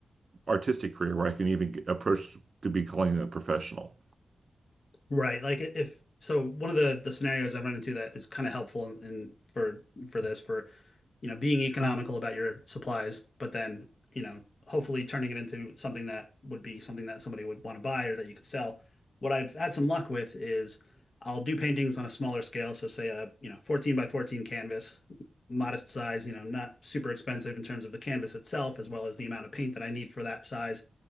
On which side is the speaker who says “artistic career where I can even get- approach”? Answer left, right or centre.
Right